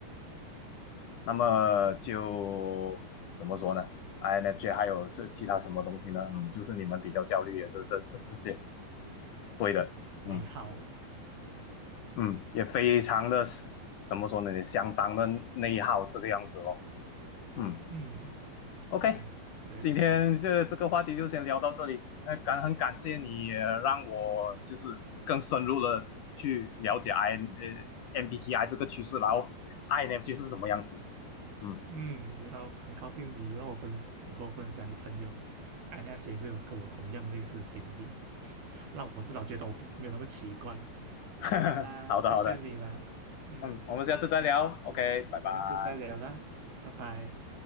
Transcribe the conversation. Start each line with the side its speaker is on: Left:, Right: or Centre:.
Left: 那么就怎么说呢？INFJ 还有是其他什么东西呢？嗯，就是你们比较焦虑也是这这这些，对的，
Right: 你好，
Left: 嗯。嗯，也非常的怎么说呢，也相当的内耗这个样子咯。嗯
Right: 嗯，
Left: ，OK，
Right: 哎，对的，
Left: 今天这这个话题就先聊到这里。那感很感谢你也让我就是更深入的去了解
Right: 嗯
Left: I 呃 MBTI 这个趋势，然后 INFJ 是什么样子的。嗯，
Right: 嗯，然后很高兴你让我分，你跟我分享你朋友 INFJ 是有跟我同样类似的经历，<laughs> 让我至少觉得我不没有那么奇怪。
Left: <laughs>
Right: 好啦，
Left: 好的好的，
Right: 谢谢你啦，嗯，
Left: 嗯，我们下次再聊。OK，拜拜。
Right: 下次再聊啦，拜拜。